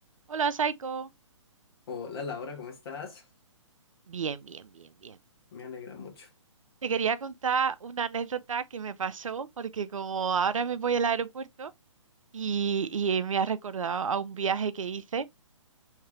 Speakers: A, on the right (about 80°); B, on the left (about 45°).
A: Hola, Saiko.
B: Hola Laura, ¿cómo estás?
A: Bien, bien, bien, bien.
B: Me alegra mucho.
A: Te quería contar una anécdota que me pasó, porque como ahora me voy al aeropuerto y, y me ha recordado a un viaje que hice,